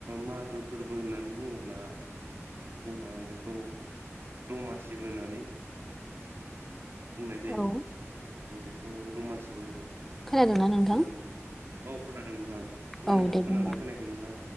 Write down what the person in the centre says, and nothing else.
औ
खोनादोंना नोंथां।
औ दे
बुंलाय